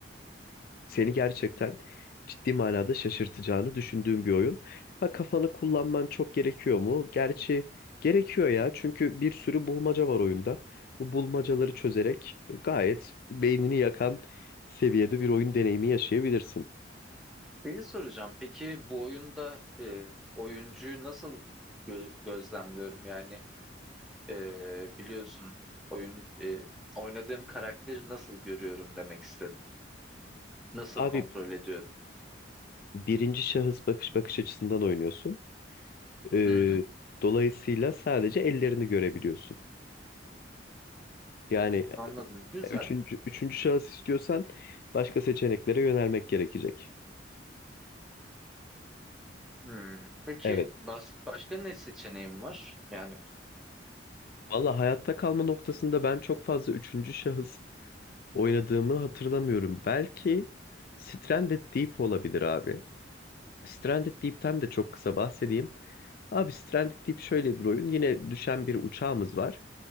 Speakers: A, on the left (about 55°); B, in the centre.
A: seni gerçekten ciddi manada şaşırtacağını düşündüğüm bir oyun. Ha kafanı kullanman çok gerekiyor mu? Gerçi gerekiyor ya çünkü bir sürü bulmaca var oyunda. Bu bulmacaları çözerek gayet beynini yakan seviyede bir oyun deneyimi yaşayabilirsin.
B: Şeyi soracağım. Peki bu oyunda e, oyuncuyu nasıl gö- gözlemliyorum? Yani e, biliyorsun oyun e, oynadığım karakteri nasıl görüyorum demek istedim. Nasıl
A: Abi
B: kontrol ediyorum?
A: birinci şahıs bakış bakış açısından oynuyorsun. Ee,
B: Hı hı,
A: dolayısıyla sadece ellerini görebiliyorsun. Yani
B: anladım. Güzel.
A: üçüncü, üçüncü şahıs istiyorsan başka seçeneklere yönelmek gerekecek.
B: Hmm. Peki
A: Evet.
B: bas başka ne seçeneğim var? Yani
A: Valla hayatta kalma noktasında ben çok fazla üçüncü şahıs oynadığımı hatırlamıyorum. Belki Stranded Deep olabilir abi. Stranded Deep'ten de çok kısa bahsedeyim. Abi Stranded Deep şöyle bir oyun. Yine düşen bir uçağımız var.